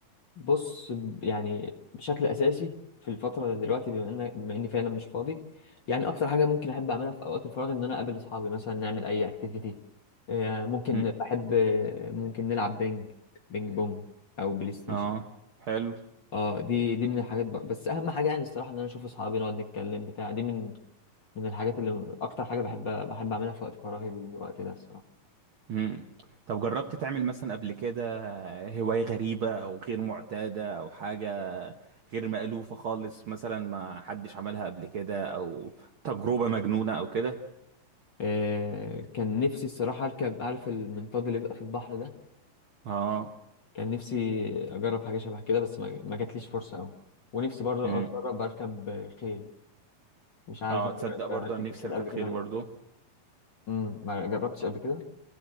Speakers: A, on the left (about 45°); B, on the right (about 65°).
A: بص ب- يعني بشكل اساسي في الفتره دلوقتي بما ان بما اني فعلا مش فاضي يعني اكتر حاجه ممكن احب اعملها في اوقات الفراغ ان انا اقابل اصحابي مثلا نعمل اي اكتيفيتي ممكن
B: مم.
A: بحب ممكن نلعب بينج بينج بونج او بلاي ستيشن
B: اه حلو
A: اه دي دي من الحاجات بقى. بس اهم حاجه يعني الصراحه ان انا اشوف اصحابي نقعد نتكلم بتاع دي من من الحاجات اللي اكتر حاجه بحب بحب اعملها في وقت فراغي الوقت ده الصراحه
B: مم. طب جربت تعمل مثلا قبل كده هواية غريبة او غير معتادة او حاجة غير مألوفة خالص مثلا ما حدش عملها قبل كده او تجربة مجنونة او كده
A: آه، كان نفسي الصراحه اركب عارف المنطاد اللي بيبقى في البحر ده
B: اه
A: كان نفسي اجرب حاجه شبه كده بس ما ما جاتليش فرصه قوي ونفسي برضه
B: مم.
A: اجرب اركب خيل مش عارف
B: اه
A: انت
B: تصدق
A: كنت
B: برضو
A: ركبت
B: انا نفسي
A: خيل
B: اركب
A: قبل
B: خيل
A: كده ولا
B: برضو
A: لا امم ما جربتش قبل كده